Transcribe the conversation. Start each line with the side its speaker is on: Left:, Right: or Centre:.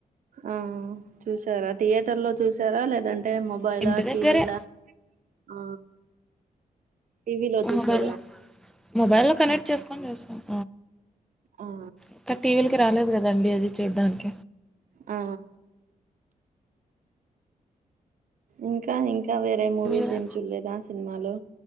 Right: ఆ చూసారా థియేటర్ లో చూసారా లేదన్ టే మొబైలా
Centre: ఇంటి
Right: టీవీలా
Centre: దగ్గరే
Right: ఆ టీవీలో చూసారా
Centre: మొబైల్లో మొబైల్లో కనెక్ట్ చేసుకొని చూస్తాను
Right: ఆ
Centre: ఇంక టీవీలకి రాలేదు కదండి అది చూడ్డానికి
Right: ఆ ఇంకా ఇంక్ ఇంకా వేరే మూవీస్
Centre: మీరా
Right: ఏం చూడలేదా సినిమాలో